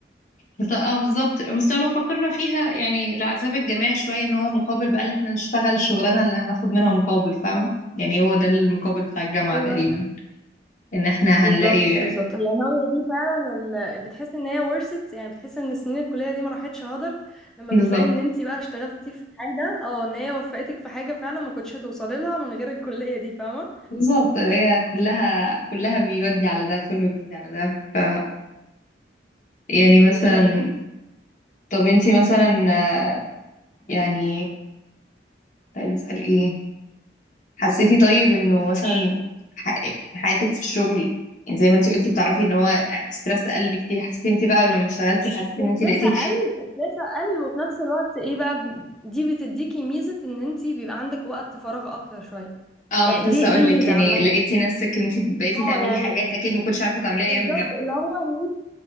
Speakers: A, on the left (about 45°); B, in the centre.
A: بس- اه بالظبط بس
B: بس
A: لو فكرنا فيها يعني العذاب الجماعي شوية ان هو مقابل بقى ان احنا نشتغل الشغلانة اللي هناخد منها مقابل فاهمة يعني هو ده المقابل بتاع الجامعة
B: ايوه
A: تقريبا ان احنا
B: بالظبط
A: هنلاقي
B: بالظبط يعني هي دي فعلا ال... بتحس ان هي ورثت يعني بتحس ان السنين الكليه دي ما راحتش هدر لما
A: <laughs> بالظبط
B: بتلاقي ان انت بقى اشتغلتي في حاجه اه ان هي وفقتك في حاجه فعلا ما كنتش هتوصلي لها من غير الكليه دي فاهمه
A: بالظبط هي كلها كلها بيودي على ده كله بيودي على ده ف يعني مثلا
B: بالظبط
A: طب انتي مثلا آه، يعني كنت عايزة اسأل ايه حسيتي طيب انه مثلا ح- حياتك في الشغل يعني زي ما انت قلتي بتعرفي ان هو ستريس قل بكتير حسيتي انت بقى لما اشتغلتي حسيتي ان انت
B: ستريس
A: لقيتي
B: اقل ستريس اقل وفي نفس الوقت ايه بقى ب- دي بتديكي ميزه ان انت بيبقى عندك وقت فراغ اكتر شويه
A: اه
B: يعني
A: كنت لسه
B: دي دي
A: اقول
B: ميزه
A: لك يعني
B: عامه <coughs> <clears throat>
A: لقيتي نفسك ان انت بقيتي
B: اه
A: تعملي
B: يعني
A: حاجات اكيد ما كنتش عارفه تعمليها ايام
B: بالظبط
A: الجامعه
B: اللي هو ان